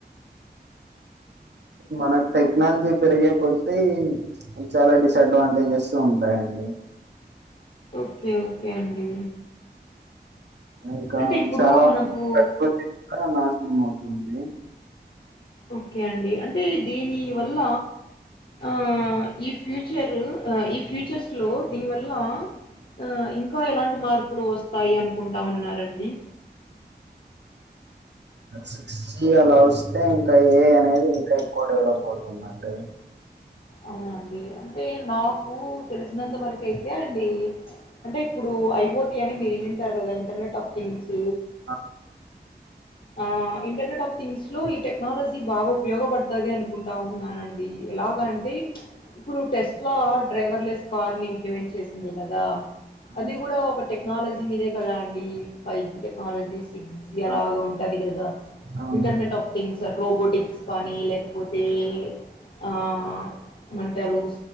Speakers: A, on the right (about 80°); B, on the left (about 60°).
A: మనకు టెక్నాలజీ పెరిగే కొద్ది అది చాలా డిసడ్వాంటేజెస్ ఉంటాయండి
B: ఓకే ఓకే అండి
A: ఇక
B: అంటే ఇప్పుడు
A: చాలా
B: మనకు
A: ప్రకృతి కూడా నాశనం అవుతుంది
B: ఓకే అండి అంటే దీని వల్ల ఆ ఈ ఫ్యూచరు ఈ ఫ్యూచర్స్ లో దీనివల్ల ఆ ఇంకా ఎలాంటి మార్పులు వస్తాయి అనుకుంటా ఉన్నారండి
A: సిక్స్ జీ అలా వస్తే ఇంకా ఏ ఐ అనేది ఇంకా ఎక్కువ డెవలప్ అవుతుందండి
B: అవునండి అంటే నాకు తెలిసినంత వరకు అయితే అండి అంటే ఇప్పుడు ఐ ఓ టీ అని మీరు వినింటారు కదా ఇంటర్నెట్ ఆఫ్ థింగ్స్
A: అ
B: ఆ ఇంటర్నెట్ ఆఫ్ థింగ్స్ లో ఈ టెక్నాలజీ బాగా ఉపయోగపడుతది అనుకుంటా ఉన్నానండి ఎలాగా టె ఇప్పుడు టెస్ట్ లో డ్రైవర్లెస్ కార్ ని ఇంప్లిమెంట్ చేసింది కదా
A: అవును
B: అది కూడా ఒక టెక్నాలజీ మీదే కదా అండి five G technology six G అలాగ
A: ఆ
B: ఉంటది గదా
A: అవును
B: ఇంటర్నెట్ ఆఫ్ థింగ్స్ రోబోటిక్స్ కానీ లేకపోతే ఆ ఏమంటారు